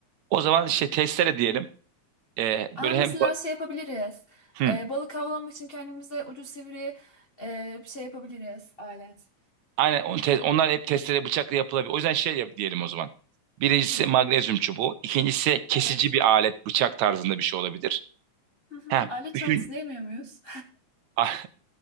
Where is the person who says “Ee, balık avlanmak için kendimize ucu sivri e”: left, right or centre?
Left